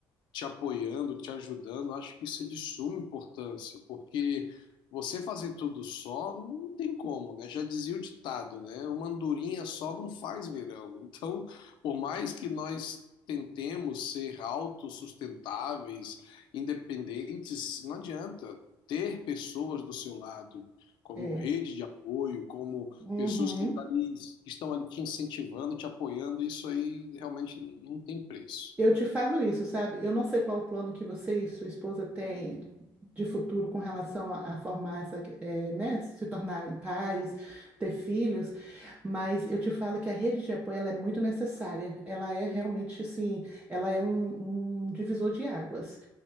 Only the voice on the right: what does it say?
É.
Uhum.
Eu te falo isso, sabe? Eu não sei qual o plano que você e sua esposa têm de futuro com relação a, a formar essa, que- é, né, se tornarem pais, ter filhos, mas eu te falo que a rede de apoio ela é muito necessária. Ela é realmente assim, ela é um um divisor de águas.